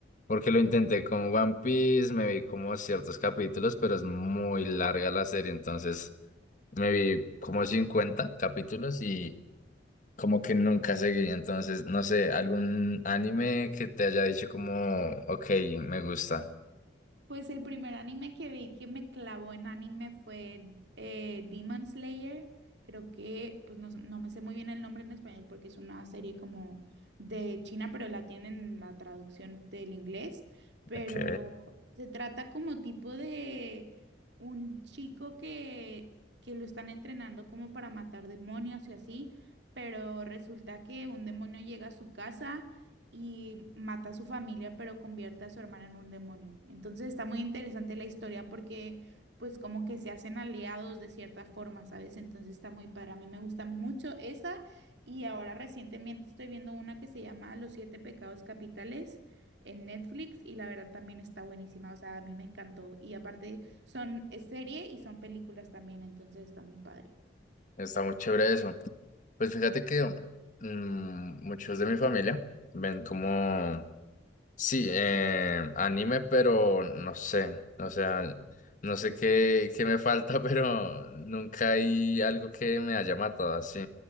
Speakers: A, on the left; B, on the right.
A: Porque lo intenté con One Piece, me vi como ciertos capítulos, pero es muy larga la serie, entonces me vi como 50 capítulos y como que nunca seguí. Entonces, no sé, algún anime que te haya dicho como, ok, me gusta.
B: Pues el primer anime que vi que me clavó en anime fue eh, Demon Slayer. Creo que, pues no, no me sé muy bien el nombre en español porque es una serie como de China, pero la tienen la traducción del inglés. Pero
A: Ok,
B: se trata como tipo de un chico que, que lo están entrenando como para matar demonios y así, pero resulta que un demonio llega a su casa y mata a su familia, pero convierte a su hermana en un demonio. Entonces está muy interesante la historia porque pues como que se hacen aliados de cierta forma, ¿sabes? Entonces está muy padre. A mí me gusta mucho esa y ahora recientemente estoy viendo una que se llama Los siete pecados capitales en Netflix y la verdad también está buenísima, o sea, a mí me encantó y aparte son es serie y son películas también, entonces está muy padre.
A: está muy chévere eso. Pues fíjate que mm, muchos de mi familia ven como, sí, eh, anime, pero no sé, o sea, no sé qué, qué me falta, <laughs> pero nunca hay algo que me haya matado así.